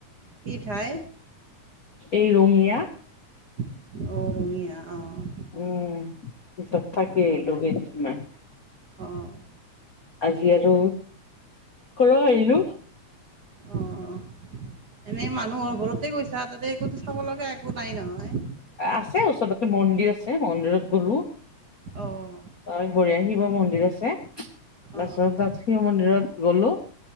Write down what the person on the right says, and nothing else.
কি ঠাই?
অ, ৰঙিয়া, অ'।
অ'।
অ', অ', এনেই মানুহৰ ঘৰতে গৈছা। তাতে একোতো চাব লগা একো নাই নহয়?
অঁ
অঁ